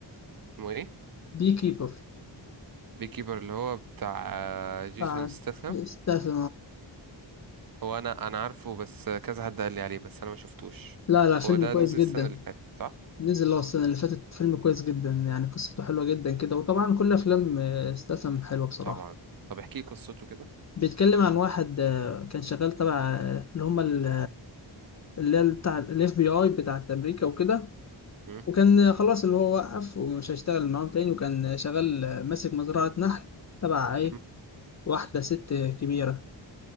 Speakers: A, on the right; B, on the left.
A: اسمه ايه
B: بي كيبر
A: بي كيبر اللي هو بتاع آه، جيسون
B: بتاع
A: ستاثام
B: استاذ
A: هو انا انا عارفه بس كذا حد قال لي عليه بس انا ما شفتوش
B: لا لا فيلم
A: هو ده
B: كويس
A: نزل
B: جدا
A: السنه اللي فاتت صح
B: نزل اه السنة اللي فاتت فيلم كويس جدا يعني قصته حلوة جدا كده وطبعا كل أفلام آه، استسم حلوة بصراحة
A: طبعا طب احكي لي قصته كده
B: بيتكلم عن واحد آه، كان شغال تبع آه، اللي هم ال- اللي هي بتاع الاف بي اي بتاعت امريكا وكده
A: مم،
B: وكان خلاص اللي هو وقف ومش هيشتغل معاهم تاني وكان شغال آه، ماسك مزرعة نحل تبع ايه
A: مم،
B: واحدة ست كبيرة